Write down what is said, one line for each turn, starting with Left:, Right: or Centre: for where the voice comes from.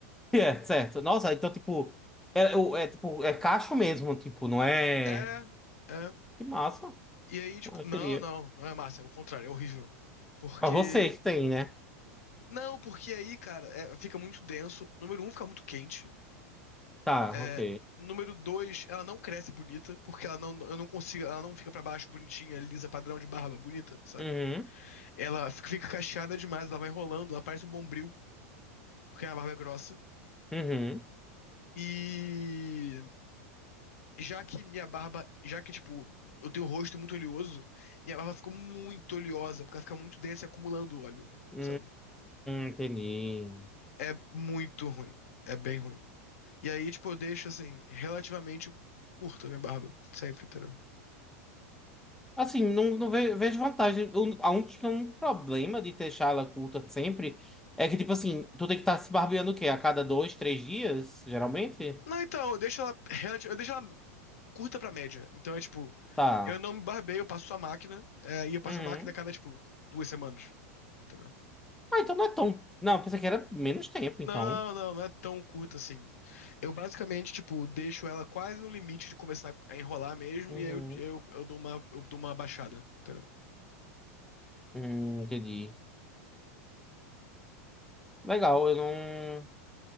Centre: É, certo. Nossa, então, tipo, é, o- é, tipo, é cacho mesmo, tipo, não é.
Left: É, é.
Centre: Que massa.
Left: E aí, tipo,
Centre: Ah, eu
Left: não,
Centre: queria.
Left: não, não é massa, é o contrário, é horrível. Porque.
Centre: Pra você que tem, né?
Left: Não, porque aí, cara, é, fica muito denso. Número um, fica muito quente.
Centre: Tá,
Left: É,
Centre: ok.
Left: número dois, ela não cresce bonita, porque ela não, eu não consigo, ela não fica pra baixo bonitinha, lisa, padrão de barba, bonita, sabe?
Centre: Uhum,
Left: Ela fica, fica cacheada demais, ela vai enrolando, ela parece um bombril, porque a barba é grossa.
Centre: uhum.
Left: E já que minha barba, já que, tipo, eu tenho o rosto muito oleoso, minha barba ficou muito oleosa, porque ela fica muito densa e acumulando óleo,
Centre: Hum,
Left: sabe?
Centre: entendi.
Left: É muito ruim. É bem ruim. E aí, tipo, eu deixo, assim, relativamente curta a minha barba. Sempre, entendeu?
Centre: Assim, não, não ve- vejo vantagem. Eu- A única um problema de deixar ela curta sempre é que, tipo assim, tu tem que estar se barbeando o quê? A cada dois, três dias, geralmente?
Left: Não, então, eu deixo ela, relati- eu deixo ela curta pra média. Então é tipo,
Centre: Tá.
Left: eu não me barbeio, eu passo a máquina, é, e eu passo
Centre: Uhum.
Left: a máquina a cada, tipo, duas semanas. Entendeu?
Centre: Ah, então não é tão. Não, pensei que era menos tempo, então.
Left: Não, não, não é tão curta assim. Eu basicamente, tipo, deixo ela quase no limite de começar a enrolar mesmo,
Centre: Uhum.
Left: e aí eu, eu, eu dou uma, eu dou uma baixada, entendeu?
Centre: Hum, entendi. Legal, eu não,